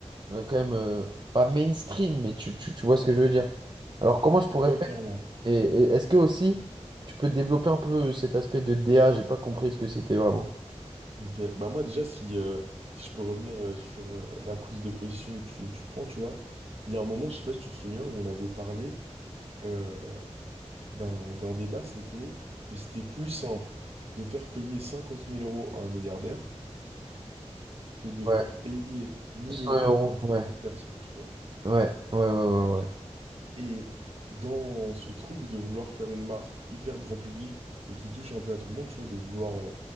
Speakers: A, on the right (about 40°); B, on the right (about 60°).
A: euh, quand même euh, pas mainstream, mais tu, tu tu vois ce que je veux dire. Alors, comment je pourrais
B: je vois clairement.
A: et, et est-ce que aussi, tu peux développer un peu cet aspect de DA? J'ai pas compris ce que c'était vraiment.
B: Ok, bah moi déjà, si, euh, si je peux revenir euh, sur euh, la prise de position que tu, tu prends, tu vois, il y a un moment, je sais pas si tu te souviens, où on avait parlé euh, d'un, d'un débat, c'était que c'était plus simple de faire payer 50 000 euros à un milliardaire que de
A: Ouais,
B: faire payer 1000
A: 100
B: euros
A: euros.
B: à 50
A: Ouais,
B: personnes, tu vois.
A: ouais, ouais, ouais, ouais, ouais.
B: Et dans ce truc de vouloir faire une marque hyper grand public et qui touche un peu à tout le monde, tu vois, de vouloir euh,